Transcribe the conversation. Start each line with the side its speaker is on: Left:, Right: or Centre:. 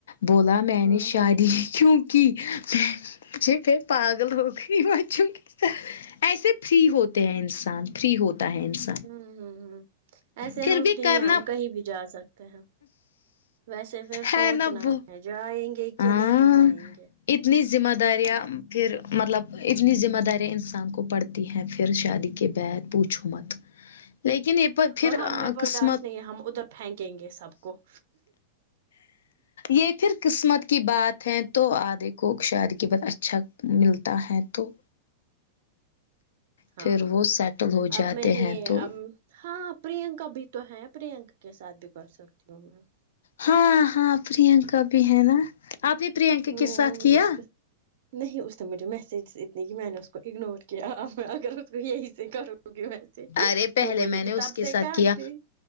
Left: بولا میں
Right: ہوں
Left: نے شادی
Right: ہوں
Left: کیوکی میں مجھے پھر پاگل ہو گئی مچوں ایسے فری ہوتے ہیں انسان فری ہوتا ہے انسان
Right: ہم ہم ایسے
Left: پھر
Right: ہم
Left: بھی
Right: فری
Left: کرنا
Right: ہیں ہم کہیں بھی جا سکتے ہیں ویسے پھر
Left: ہے
Right: سوچنا
Left: نا وہ
Right: ہے جائیں گے
Left: ہاں
Right: کہ نہیں جائیں گے
Left: اتنی ذمہ داریاں پھر مطلب اتنی ذمہ داریاں انسان کو پڑھت تی ہے پھر شادی کے بعد پوچھو مت لیکن یہ پھر
Right: اور ہم میں برداشت
Left: قسمت
Right: نہیں ہم ادھر پھینکیے گے سب کو
Left: یہ پھر قسمت کی بات ہے تو ادھے کو شید کی بات اچھا ملتا ہے تو
Right: ہاں
Left: پھر
Right: ہاں
Left: وہ سیٹل ہو جاتے
Right: اب میں یہ
Left: ہیں تو
Right: اب ہاں پرینکا بھی تو ہے پرینکا کے ساتھ بھی کر سکتی ہوں میں
Left: ہاں ہاں پرینکا بھی ہے نا اپ نے پرینکا
Right: ہوں
Left: کے ساتھ کیا
Right: اس کے نہیں اس نے مجھے میسج اتنے کئ میں نے اس کو اگنور کیا میں اگر تو یہی سے کرو گی و سے کی
Left: ارے پہلے
Right: بولے
Left: میں نے
Right: گی
Left: اس
Right: تب
Left: کے
Right: سے
Left: ساتھ
Right: کہا
Left: کیا
Right: تھی